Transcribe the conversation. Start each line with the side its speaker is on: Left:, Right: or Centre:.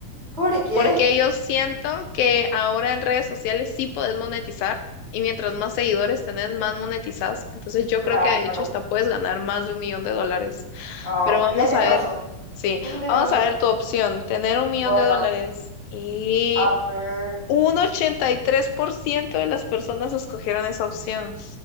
Right: ¿Por qué?
Left: porque yo siento que ahora en redes sociales sí podés monetizar y mientras más seguidores tenés, más monetizás. Entonces yo
Right: Claro.
Left: creo que de hecho hasta puedes ganar más de un millón de dólares.
Right: Ah,
Left: Pero vamos
Right: tienes
Left: a ver,
Right: razón, <laughs>
Left: sí,
Right: tienes
Left: vamos
Right: razón.
Left: a ver tu opción, tener un millón
Right: Bueno,
Left: de dólares. Y
Right: a ver.
Left: un ochenta
Right: sí.
Left: y tres por ciento de las personas escogieron esa opción.